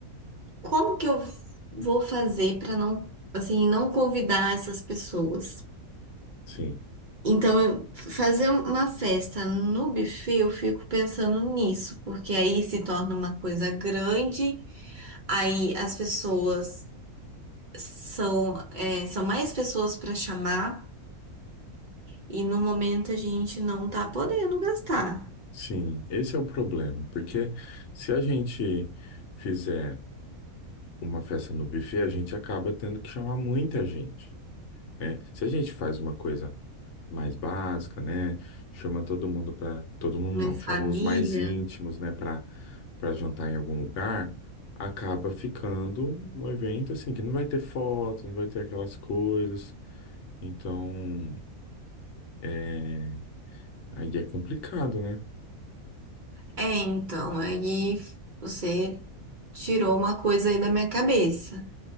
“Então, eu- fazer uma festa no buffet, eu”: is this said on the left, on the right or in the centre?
Right